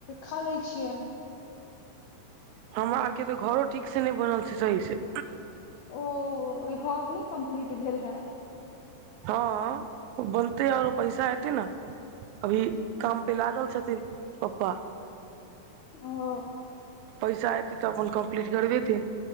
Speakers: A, on the left; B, on the right.
A: खा लै छियै
B: हमरा आर के तऽ घरो ठीक से नहि बनल छै सही से
A: ओ घर नहि कम्प्लीट भेल हे
B: हँ बनतै आओरो पैसा हेतै न अभी काम पे लागल छथिन पप्पा
A: ओ
B: पैसा एतै तऽ अपन कम्प्लीट करबेथिन